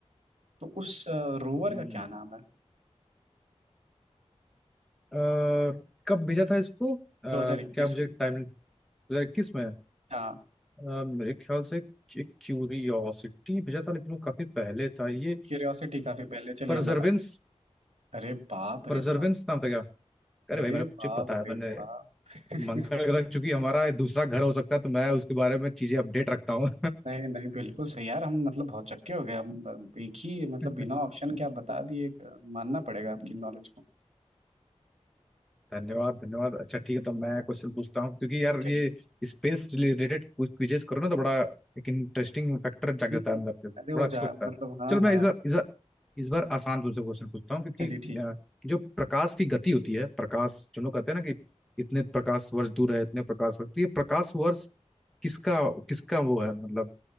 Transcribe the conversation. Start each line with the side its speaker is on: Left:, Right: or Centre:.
Right: तो उस रोवर
Centre: हाँ
Right: का क्या नाम है
Centre: अ, कब भेजा था इसको अ, क्या
Right: 2021
Centre: मुझे
Right: में
Centre: टाइम 2021 में
Right: हाँ
Centre: अ, मेरे ख्याल से एक क्यूरियोसिटी भेजा था लेकिन वो काफी पहले था ये
Right: क्यूरियोसिटी काफी पहले चलिए
Centre: परजर्वेंस
Right: हम बताते हैं अरे बाप
Centre: परजर्वेंस
Right: रे बाप
Centre: नाम था क्या अरे
Right: अरे
Centre: भाई मैंने
Right: बाप
Centre: मुझे पता है
Right: रे
Centre: मैंने
Right: बाप <laughs>
Centre: मंगल ग्रह चूंकि हमारा दूसरा घर हो सकता है तो मैं उसके बारे में चीजें अपडेट रखता हूँ
Right: नहीं नहीं बिल्कुल सही यार हम मतलब भौचक्के हो गए हम अ, एक ही मतलब
Centre: <laughs>
Right: बिना ऑप्शन के आप बता दिए एक, अ, मानना पड़ेगा आपकी नॉलेज को
Centre: धन्यवाद धन्यवाद अच्छा ठीक है तो मैं क्वेश्चन पूछता हूँ क्योंकि यार
Right: चलिए
Centre: ये स्पेस रिलेटेड कुछ क्विजेस करो ना तो बड़ा एक इंटरेस्टिंग फैक्टर जाग
Right: हम्म,
Centre: जाता
Right: हम्म।
Centre: है अंदर से
Right: अरे वो
Centre: बड़ा अच्छा
Right: जा
Centre: लगता
Right: मतलब
Centre: है
Right: हाँ
Centre: चलो मैं
Right: हाँ
Centre: इस बार इस बार इस बार आसान तुमसे क्वेश्चन पूछता हूँ क्योंकि
Right: चलिए ठीक
Centre: अ,
Right: है
Centre: जो प्रकाश की गति होती है प्रकाश जो लोग कहते हैं ना कि इतने प्रकाश वर्ष दूर है इतने प्रकाश वर्ष तो ये प्रकाश वर्ष किसका किसका वो है मतलब